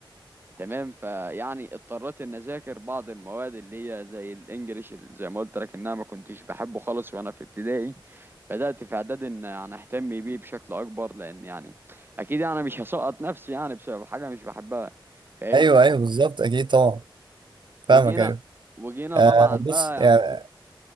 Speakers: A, on the right; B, on the right.
A: تمام فيعني اضطريت ان اذاكر بعض المواد اللي هي زي الانجليش اللي زي ما قلت لك ان انا ما كنتش بحبه خالص وانا في ابتدائي بدات في اعدادي ان يعني اهتم بيه بشكل اكبر لان يعني اكيد انا مش هسقط نفسي يعني بسبب حاجه مش بحبها فاهمني
B: ايوه ايوه بالظبط اكيد طبعا فاهمك
A: وجينا
B: ايوه
A: وجينا
B: آه
A: طبعا
B: بص
A: بقى يعني
B: يعني